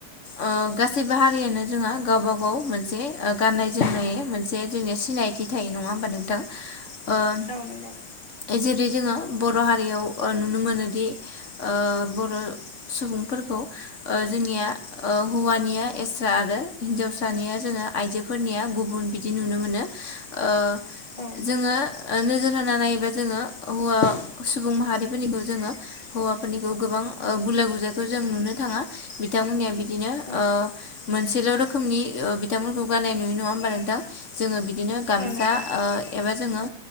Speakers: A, on the left; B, on the left.
A: ओ गा सैबो हारियानो जोंहा गावबा गाव मोनसे ओ गाननाय जोमनाय मोनसे जोंनिया सिनायथि थायो नङा नङा होमबा नोंथां, आं,
B: औ नंगौ
A: जेरै जोङो बर' हारियाव अ नुनो मोनोदि अ बर' सुबुंफोरखौ अ जोंनिया हौवानिया एस्रा आरो हिन्जावसानिया जोङो आइजोफोरनिया गुबुन बिदि नुनो मोनो अ
B: औ
A: जोङो अ नोजोर होनानै नायोबा जोङो हौवा सुबुं माहारिफोरनिखौ जोङो हौवाफोरनिखौ गोबां अ गुला गुजाय खौ जों नुनो थाङा बिथांमोननिया बिदिनो अ
B: औ
A: मोनसेल' रोखोमनि अ बिथांमोनखौ गान गानाय नुयो नङा होमबा नोंथां जोङो बिदिनो गामसा
B: औ नंगौ
A: अ एबा जोङो